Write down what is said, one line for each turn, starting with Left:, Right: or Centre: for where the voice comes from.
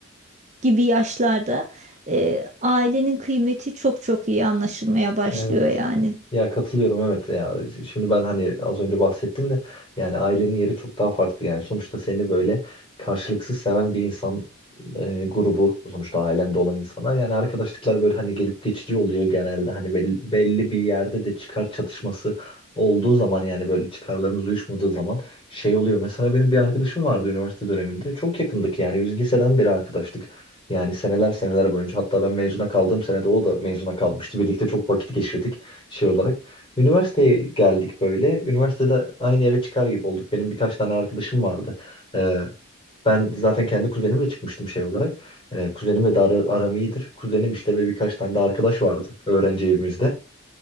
Right: gibi yaşlarda e, ailenin kıymeti çok çok iyi anlaşılmaya başlıyor
Left: Evet.
Right: yani.
Left: Ya katılıyorum evet ya. Şimdi ben hani az önce bahsettim de yani ailenin yeri çok daha farklı yani. Sonuçta seni böyle karşılıksız seven bir insan e, grubu sonuçta ailende olan insanlar yani arkadaşlıklar böyle hani gelip geçici oluyor genelde hani belli, belli bir yerde de çıkar çatışması olduğu zaman yani böyle çıkarlarımız uyuşmadığı zaman şey oluyor. Mesela benim bir arkadaşım vardı üniversite döneminde. Çok yakındık yani biz liseden beri arkadaştık. Yani seneler seneler boyunca hatta ben mezuna kaldığım senede o da mezuna kalmıştı. Birlikte çok vakit geçirdik şey olarak. Üniversiteye geldik böyle. Üniversitede aynı eve çıkar gibi olduk. Benim birkaç tane arkadaşım vardı. Ee, ben zaten kendi kuzenimle çıkmıştım şey olarak. Ee, kuzenimle de ara- aram iyidir. Kuzenim işte ve birkaç tane de arkadaş vardı öğrenci evimizde.